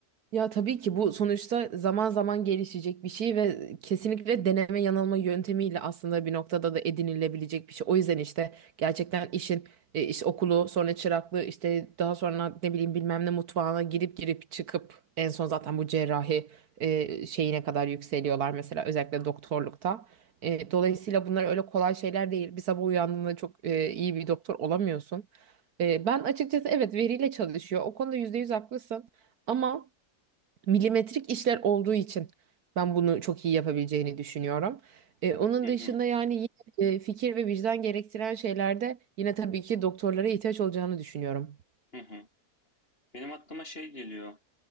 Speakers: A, on the right (about 65°); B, on the left (about 35°).
A: Ya tabii ki bu sonuçta zaman zaman gelişecek bir şey ve kesinlikle deneme yanılma yöntemiyle aslında bir noktada da edinilebilecek bir şey. O yüzden işte gerçekten işin e, iş okulu sonra çıraklığı işte daha sonra ne bileyim bilmem ne mutfağına girip girip çıkıp en son zaten bu cerrahi e, şeyine kadar yükseliyorlar mesela özellikle doktorlukta. E, dolayısıyla bunlar öyle kolay şeyler değil. Bir sabah uyandığında çok e, iyi bir doktor olamıyorsun. E, ben açıkçası evet veriyle çalışıyor. O konuda %100 haklısın ama milimetrik işler olduğu için ben bunu çok iyi yapabileceğini düşünüyorum. E, onun
B: Hı
A: dışında
B: hı,
A: yani yine, e, fikir ve vicdan gerektiren şeylerde yine tabii ki doktorlara ihtiyaç olacağını düşünüyorum.
B: hı hı. Benim aklıma şey geliyor.